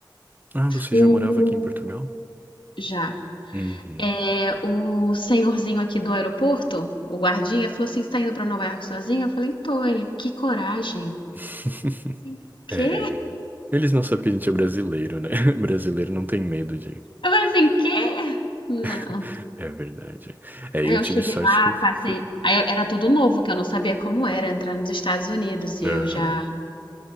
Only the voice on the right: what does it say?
Ah, você
já morava aqui em Portugal?
Uhum.
<laughs>
É... Eles não sabem que a gente é brasileiro, né? <laughs> Brasileiro não tem medo de.
<laughs> É verdade. É,
eu
tive
sorte
que eu
fui.
Aham.